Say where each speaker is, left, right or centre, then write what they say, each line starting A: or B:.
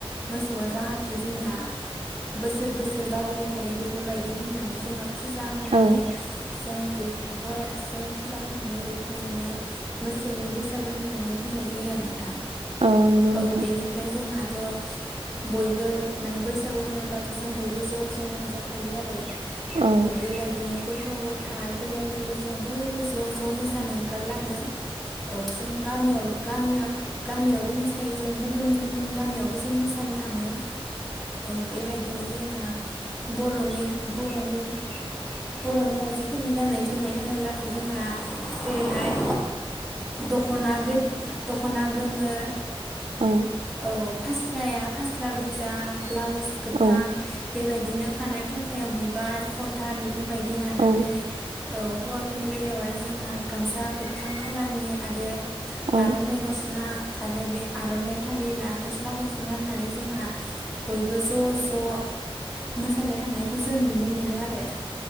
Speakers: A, in the centre; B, on the right.
A: मोसौआ जाहाथे जोंना बोसोर बोसोर बारिबाय थायो बेफोरबायदि होननानै जोंहा फुजा होनानै
B: औ।
A: जों बे हराव जों फुजा होनानै बेखौ माने मोसौनि बैसागो होननानै। नाय जायो नोंथां
B: औ नंगौ नोंथां
A: औ बेनिफ्राय जोंहा थ' बयबो माने बैसागु होनोब्लाथ' जों बयबो ज' ज' रंजाखायो आरो।
B: औ
A: अ बे बायदिनो गथ' गथायाइ बोराय बुरैजों बयबो ज' ज' मोसानो ओंखारलाङो। औ जों गामियावल' गामियाव गामियावबो मोसायो जों गुबुन गुबुन गामियावबो जों मोसानो थाङो। औ बे बायदिनो जोंहा बर'नि बर'नि बर'नि आइजोफोरनि गाननाय जोमनाय होनोब्लाथ' जोंहा जेरैहाय। दख'ना गो- दख'ना गोमो
B: औ।
A: औ फास्राया फास्रा गोजा ब्लाउस गोथां
B: औ
A: बेबायदि बिदिनो खानाय थखायाव बिबार फथा बेफोरबायदि लानानै
B: औ
A: औ हौवाफोरनि बेलायाव आरो जोंहा गामसा गोथां खालारनि आरो।
B: औ
A: आर'ननाइ गस्ला आरो बे आर'नाइ फालिला गस्ला गुफुर गाननानै जोंहा बयबो ज' ज' मोसानो थांनायखौ जों नुनो मोनो आरो।